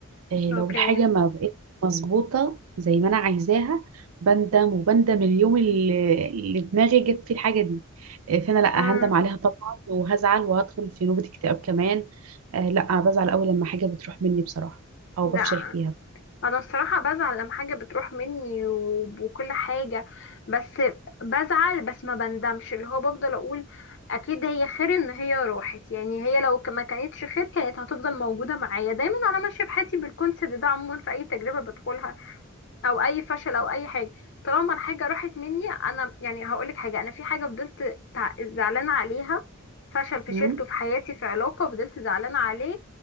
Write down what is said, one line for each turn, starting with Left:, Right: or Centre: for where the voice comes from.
Right: آه، لو
Left: اوكي
Right: الحاجة ما بقتش مظبوطة زي ما أنا عايزاها بندم وبندم اليوم اللي اللي دماغي جت فيه الحاجة دي آه، فأنا لأ
Left: امم
Right: هندم عليها طبعا وهزعل وهدخل في نوبة اكتئاب كمان آه، لأ بزعل أوي لما حاجة بتروح مني بصراحة أو
Left: لا
Right: بفشل فيها
Left: انا الصراحه بزعل لما حاجه بتروح مني وب- وكل حاجه بس بزعل بس ما بندمش اللي هو بفضل اقول اكيد هي خير ان هي راحت يعني هي لو ك- ما كانتش خير كانت هتفضل موجوده معايا دايما انا ماشيه في حياتي بالكونسيبت ده عموما في اي تجربه بدخلها او اي فشل او اي حاجه طالما الحاجه راحت مني انا يعني هقولك حاجه انا في حاجه فضلت تع- زعلانه عليها فشل فشلته
Right: مم.
Left: في حياتي في علاقه فضلت زعلانه عليه